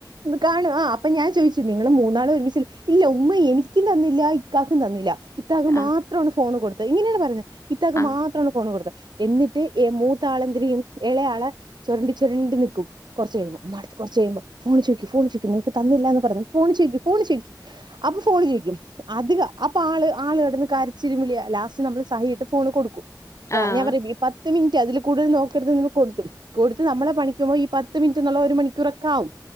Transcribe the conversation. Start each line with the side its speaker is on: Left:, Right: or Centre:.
Right: കാണും ആഅപ്പൊ ഞാൻ ചോദിച്ചു നിങ്ങളു മൂ മൂന്നാളുമൊരുമിച്ചിരുന്ന്, ഇല്ല ഉമ്മയെനിക്കും തന്നില്ല ഇക്കാക്കും തന്നില്ല. ഇത്താക്കുമാത്രമാണു
Left: ആഹ്
Right: ഫോണ്കൊടുത്ത ഇങ്ങനെയാണു പറയുന്നത് ഇത്താക്കു
Left: ആഹ്
Right: മാത്രമാണ് ഫോണ് കൊടുത്തേ എന്നിട്ട് ഏ മൂത്താളെന്തെരിയും ഇളയാളെചൊരണ്ടി ചൊരണ്ടി നിൽക്കും കുറച്ചുകഴിയുമ്പോ മടുത്തു കുറച്ചു കഴിയുമ്പോ ഫോണ്ചോദിക്ക്, ഫോണ് ചോദിക്ക്, നിനക്ക് തന്നില്ലാന്ന് പറഞ്ഞ്. ഫോണു ചോദിക്ക് ഫോണുചോദിക്കും അപ്പൊ ഫോണ് ചോദിക്കും അധികം അപ്പൊ ആള് ആള് അവിടിരുന്ന് കരച്ചിലും വിളിയല്ലാ ഫോണു കൊടുക്കും
Left: ആഹ്
Right: ഞാൻപറയും ഈ പത്തു മിനി അതിൽക്കൂടുതൽ നോക്കരുതെന്ന്, കൊടുക്കും. കൊടുത്തു നമ്മടെ പണിക്കു പോം ഈ പത്തുമിനിറ്റെന്നുള്ള ഒരു മണിക്കൂറൊക്കെ ആകും.